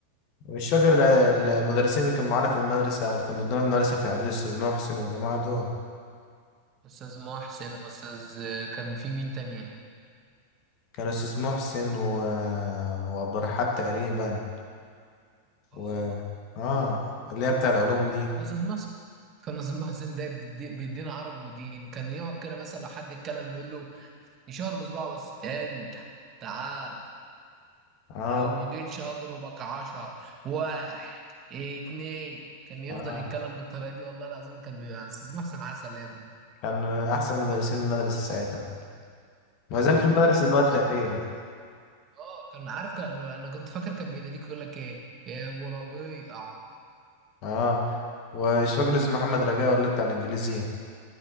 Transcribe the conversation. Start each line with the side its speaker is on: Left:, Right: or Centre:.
Left: مش فاكر ال-
Right: والله.
Left: المدرسين اللي كان معانا في المدرسة اللي كان بيدونا المدرسة في إعدادي الأستاذ محسن والجماعة دول
Right: استاذ محسن واستاذ كان في مين تاني
Left: كان استاذ محسن و... وعبد الرحاب تقريبا
Right: اه
Left: و اه اللي هي بتاع العلوم دي
Right: كان ناصر مصر كان ناصر محسن ده بيدي- بيدينا عربي ودين كان يقعد كده مثلا لو حد يتكلم يقول له يشاور بصباعه بس انت تعال
Left: اه
Right: لو ما جيتش هضربك عشر واحد اتنين كان يفضل
Left: اه
Right: يتكلم بالطريقه دي والله العظيم كان يعني استاذ محسن عسل يا ابني
Left: كان من احسن مدرسين المدرسه ساعتها ما
Right: الواحد
Left: زال
Right: كان
Left: في المدرسه
Right: بيحبه
Left: دلوقتي
Right: كان
Left: تقريبا
Right: اه كان عارف كان انا كنت فاكر كان بيناديك يقول لك ايه يا ابو ربيع
Left: اه ومش فاكر اسمه محمد رجاء ولا بتاع الانجليزي